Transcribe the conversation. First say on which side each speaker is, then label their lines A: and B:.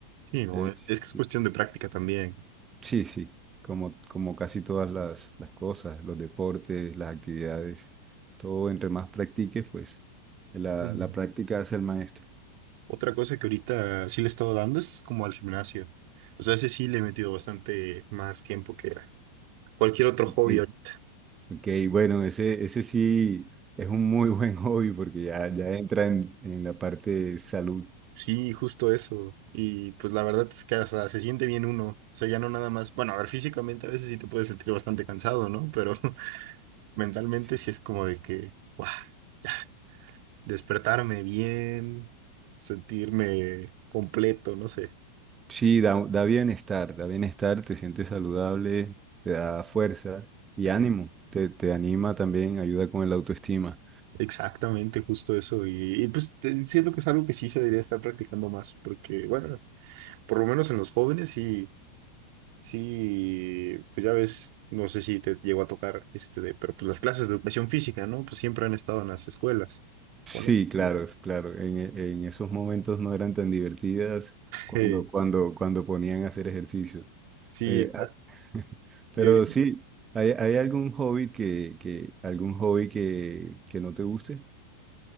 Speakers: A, on the right; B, on the right.
A: Sí, no,
B: Es-
A: es que es cuestión de práctica también.
B: sí, sí, como, como casi todas las, las cosas, los deportes, las actividades, todo entre más practiques, pues la,
A: Sí.
B: la práctica hace el maestro.
A: Otra cosa que ahorita sí le he estado dando es como al gimnasio. O sea, ese sí le he metido bastante más tiempo que a cualquier otro
B: Ok.
A: hobby ahorita.
B: Ok, bueno, ese, ese sí es un muy <laughs> buen hobby porque ya, ya entra en, en la parte de salud.
A: Sí, justo eso. Y pues la verdad es que hasta se siente bien uno. O sea, ya no nada más. Bueno, a ver, físicamente a veces sí te puedes sentir bastante cansado, ¿no? Pero <laughs> mentalmente
B: Sí,
A: sí es como de que, ¡guau! Ya, despertarme bien, sentirme completo, no sé.
B: Sí, da, da bienestar, da bienestar, te sientes saludable, te da fuerza y
A: Eh,
B: ánimo, te, te anima también, ayuda con el autoestima.
A: Exactamente, justo eso. Y, y, pues te- siento que es algo que sí se debería estar practicando más, porque bueno, por lo menos en los jóvenes sí, sí, pues ya ves, no sé si te llegó a tocar este de, pero pues las clases de educación física, ¿no? Pues siempre han estado en las escuelas.
B: Sí,
A: Bueno,
B: claro,
A: <laughs>
B: es claro. En, e- en esos momentos no eran tan divertidas cuando,
A: eh,
B: cuando, cuando ponían a hacer ejercicio.
A: sí,
B: Eh,
A: exacto.
B: a- <laughs> pero
A: Y ahorita,
B: sí, ¿hay, hay algún hobby que, que, algún hobby que, que no te guste?